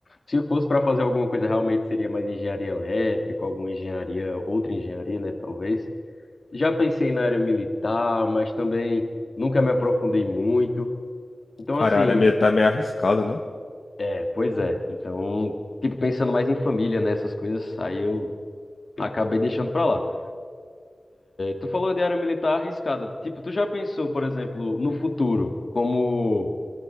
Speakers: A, on the left; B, on the left.
A: Se eu fosse para fazer alguma coisa, realmente seria mais engenharia elétrica, alguma engenharia, outra engenharia, né, talvez. Já pensei na área militar, mas também nunca me aprofundei muito. Então,
B: Cara,
A: assim,
B: a área militar é meio arriscada, não?
A: é, pois é. Então, tipo, pensando mais em família, né, essas coisas, aí eu acabei deixando para lá. Tu falou de área militar arriscada. Tipo, tu já pensou, por exemplo, no futuro, como,